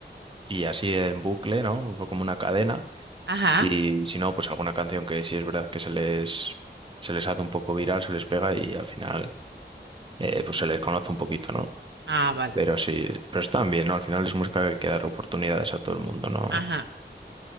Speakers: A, on the right; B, on the right.
A: y así en bucle, ¿no? Fue como una cadena.
B: Ajá.
A: Y si no, pues alguna canción que sí es verdad que se les, se les hace un poco viral, se les pega y al final eh, pues se les conoce un poquito, ¿no?
B: Ah, vale.
A: Pero sí, pero están bien, ¿no? Al final es música que hay que dar oportunidades a todo el mundo, ¿no?
B: Ajá.